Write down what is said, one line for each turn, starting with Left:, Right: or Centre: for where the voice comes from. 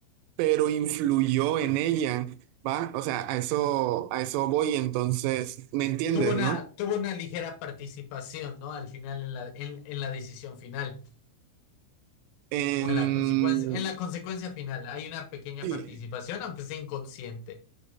Right: pero influyó en ella, ¿va? O sea, a eso, a eso voy, entonces, ¿me entiendes,
Left: Tuvo una,
Right: no?
Left: tuvo una ligera participación, ¿no? Al final, en la, en, en la decisión final,
Right: Em,
Left: o en la consecuencia, en la consecuencia final, hay una pequeña
Right: sí.
Left: participación, aunque sea inconsciente.